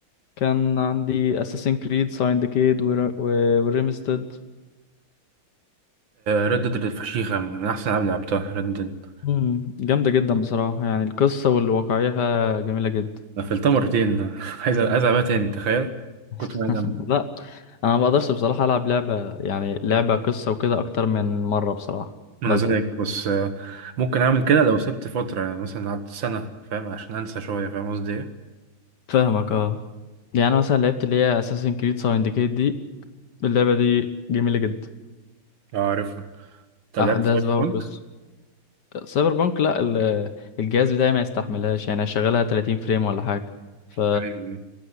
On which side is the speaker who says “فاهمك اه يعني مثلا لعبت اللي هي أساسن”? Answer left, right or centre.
Left